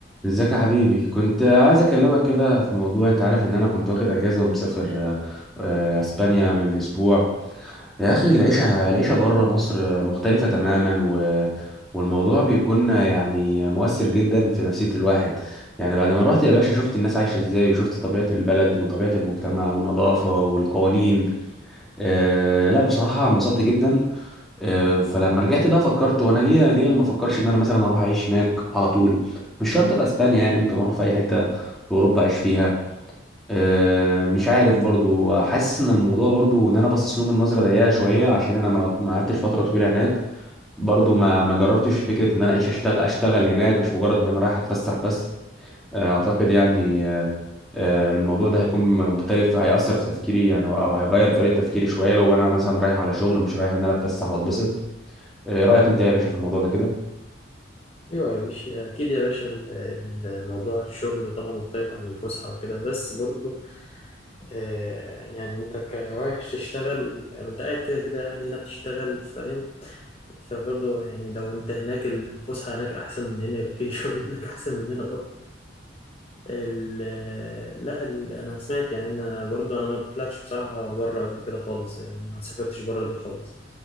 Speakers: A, in the centre; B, on the left.
A: ازيك يا حبيبي كنت عايز اكلمك كده في موضوع انت عارف ان انا كنت واخد اجازه ومسافر آه، آه، اسبانيا من اسبوع يا اخي العيشه العيشه بره مصر مختلفه تماما و... والموضوع بيكون يعني مؤثر جدا في نفسيه الواحد يعني بعد ما روحت يا باشا شفت الناس عايشه ازاي وشفت طبيعه البلد وطبيعه المجتمع والنظافه والقوانين آه، لا بصراحه انبسطت جدا آه، فلما رجعت بقى فكرت وانا ليه ليه ما افكرش ان انا مثلا اروح اعيش هناك على طول مش شرط في اسبانيا يعني ممكن اروح في اي حته في اوروبا اعيش فيها آه، مش عارف برضو حاسس ان الموضوع برضو ان انا باصص لهم من نظره ضيقه شويه عشان انا ما ما قعدتش فتره طويله هناك برضو ما ما جربتش فكره ان انا اعيش اشتغل اشتغل هناك مش مجرد ان انا رايح اتفسح بس آه، اعتقد يعني آه، آه، الموضوع ده هيكون مختلف هيأثر في تفكيري يعني او أو هيغير طريقه تفكيري شويه لو انا مثلا رايح على شغل مش رايح ان انا اتفسح واتبسط إيه رأيك انت يا باشا في الموضوع ده كده
B: ايوه يا باشا اكيد يا باشا ال- ال- موضوع الشغل طبعا مختلف عن الفسحه وكده بس برضو آه، يعني انت ك- رايح تشتغل انت قاعد كده كده قاعد هنا بتشتغل فاهم فبرضو يعني لو انت هناك الفسحه هناك احسن من هنا يبقى اكيد الشغل <laughs> هناك احسن من هنا برضو ال- لا ال- انا سمعت يعني انا برضو انا ما طلعتش بصراحه بره قبل كده خالص يعني ما سافرتش بره دي خالص